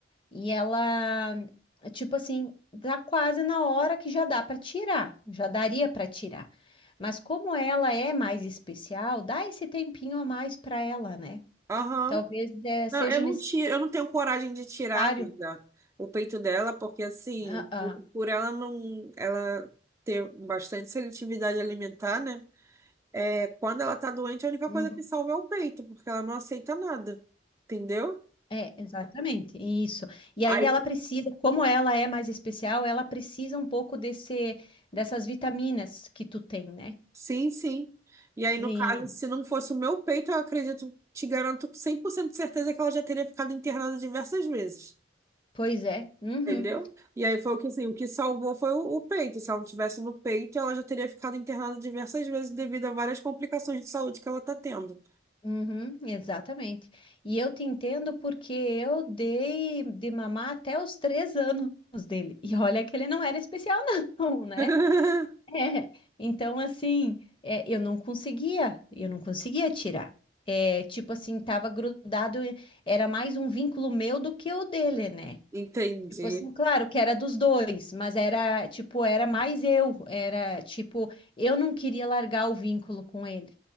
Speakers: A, on the left (about 30°); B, on the right (about 15°).
A: E ela, tipo assim, dá quase na hora que já dá para tirar, já daria para tirar. Mas como ela é mais especial, dá esse tempinho a mais para ela, né?
B: Aham.
A: Talvez eh, seja
B: Não, eu não tiro, eu não tenho coragem de tirar,
A: necessário.
B: amiga, o peito dela, porque assim,
A: Ah, ah,
B: por, por ela não, ela ter bastante seletividade alimentar, né? É, quando ela tá doente, a única
A: uhum.
B: coisa que salva é o peito, porque ela não aceita nada, entendeu?
A: É, exatamente, isso. E
B: Aí,
A: ainda ela precisa, como ela é mais especial, ela precisa um pouco desse, dessas vitaminas que tu tem, né?
B: sim, sim. E aí, no
A: E,
B: caso, se não fosse o meu peito, eu acredito, te garanto com 100% de certeza que ela já teria ficado internada diversas vezes.
A: pois é, uhum,
B: Entendeu? E aí foi o que, assim, o que salvou foi o, o peito. Se ela não tivesse no peito, ela já teria ficado internada diversas vezes devido a várias complicações de saúde que ela tá tendo.
A: Uhum, exatamente. E eu te entendo porque eu dei de mamar até os três anos dele. E olha que ele não era especial, <laughs> não, né?
B: <laughs>
A: É, Então, assim, é, eu não conseguia, eu não conseguia tirar. É, tipo assim, tava grudado, era mais um vínculo meu do que o dele, né?
B: Entendi.
A: Tipo assim, claro que era dos dois, mas era, tipo, era mais eu. Era, tipo, eu não queria largar o vínculo com ele.